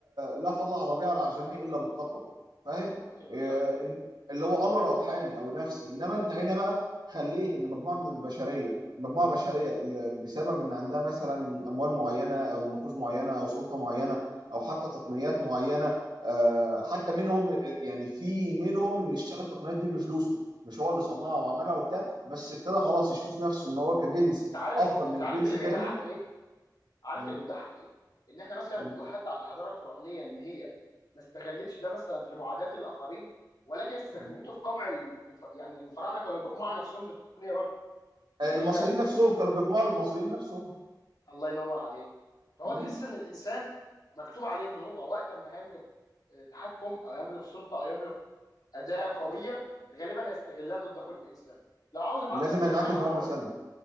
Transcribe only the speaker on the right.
لا فضل على الربيع على العجمي الا بالتقوى فاهم
آه،
اللي هو امر روحاني او نفسي انما انت هنا بقى خليت ان مجموعه من البشريه مجموعه بشريه ل- بسبب ان عندها مثلا اموال معينه او نفوذ معينه او سلطه معينه او حتى تقنيات معينه آه، حتى منهم يعني في منهم اللي اشترى التقنيات دي بفلوسه مش هو اللي صنعها وعملها وبتاع بس ابتدى خلاص يشوف نفسه ان هو كجنس
افضل
من
جنس
تاني
م-
م-
م.
آه، المصريين
نفسهم كانوا بيقمعوا المصريين نفسهم
م.
لازم
ينعكس
بأمر
سلبي